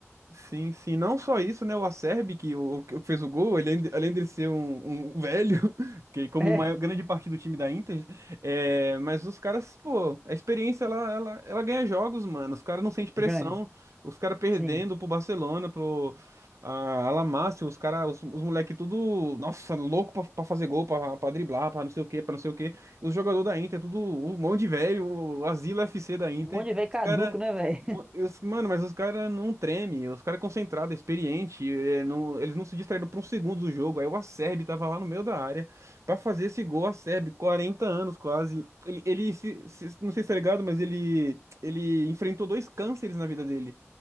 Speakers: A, on the right (about 75°); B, on the right (about 15°).
A: Sim, sim, não só isso, né? O Acerbi, que, o, que fez o gol, ele, ainda- além de ser um, um velho, <laughs> que como
B: É,
A: maior, grande parte do time da Inter, é, mas os caras, pô, a experiência ela, ela, ela ganha jogos, mano. Os caras não sentem pressão,
B: ganha.
A: os caras perdendo
B: Sim.
A: pro Barcelona, pro a, Alamácio, os caras, os, os moleque tudo, nossa, louco pra, pra fazer gol, pra, pra driblar, pra não sei o quê, pra não sei o quê. Os jogadores da Inter, tudo um monte de velho, o Asilo FC da Inter.
B: Um monte de velho caduco,
A: Os caras.
B: né, velho? <laughs>
A: E os- Mano, mas os caras não tremem, os caras é concentrado, é experiente, é, não- eles não se distraíram por um segundo do jogo. Aí o Acerbi tava lá no meio da área pra fazer esse gol, Acerbi, 40 anos quase. Ele, ele se- se- não sei se tá ligado, mas ele, ele enfrentou dois cânceres na vida dele.